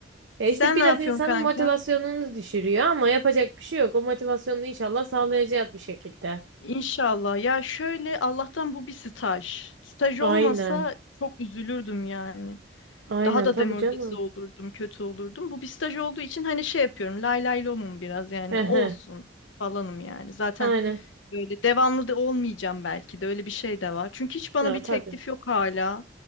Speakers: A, on the right (about 70°); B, on the left (about 75°).
A: Ya
B: Sen
A: işte biraz
B: ne yapıyorsun
A: insanın
B: kanka?
A: motivasyonunu düşürüyor ama yapacak bir şey yok. O motivasyonunu inşallah sağlayacağız bir şekilde.
B: İnşallah. Ya şöyle Allah'tan bu bir staj. Staj
A: Aynen.
B: olmasa çok üzülürdüm yani.
A: Aynen
B: Daha da
A: tabii
B: demoralize
A: canım.
B: olurdum, kötü olurdum. Bu bir staj olduğu için hani şey yapıyorum. Lay lay lomum biraz yani
A: He
B: olsun
A: he.
B: falanım yani. Zaten
A: Aynen.
B: Böyle devamlı da olmayacağım belki de öyle bir şey de var. Çünkü hiç bana
A: Ya
B: bir teklif
A: tabii.
B: yok hala.